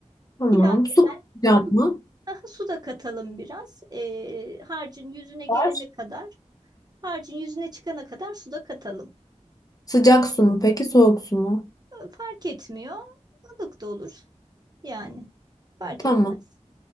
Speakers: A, on the left; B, on the right.
A: Tamam.
B: İlaveten
A: Su katacağım
B: su,
A: mı?
B: daha su da katalım biraz. Ee, harcın yüzüne gelene
A: Var.
B: kadar, harcın yüzüne çıkana kadar su da katalım.
A: Sıcak su mu peki soğuk su mu?
B: Ee, Fark etmiyor. Ilık da olur. Yani fark
A: Tamam.
B: etmez.